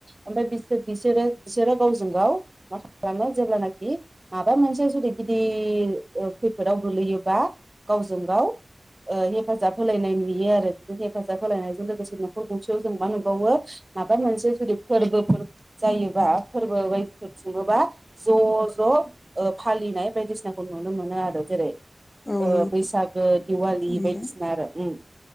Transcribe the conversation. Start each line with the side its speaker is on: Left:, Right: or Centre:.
Right: ओमफाय बिसो बिसोरो बिसोरो गावजों गाव मा खालामो जेब्लानाखि माबा मोनसे जुदि गिदिर ओ खैफोदाव गोलैयोबा गावजों गाव ओ हेफाजाब होलायनाय नुयो आरो बिदि हेफाजाब होलायनायजों लोगोसे न'खर गंसेयाव जों मा नुबावो माबा मोनसे जुदि फोरबोफोर जायोबा फोरबो बायदिफोर खुंङोबा ज' ज' ओ फाल लिनाय बायदिसनाखौ नुनो मोनो आरो जेरै ओ
Left: औ नंगौ
Right: बैसागो दिवाललि
Left: नोंथां
Right: बायदिसिना आरो उम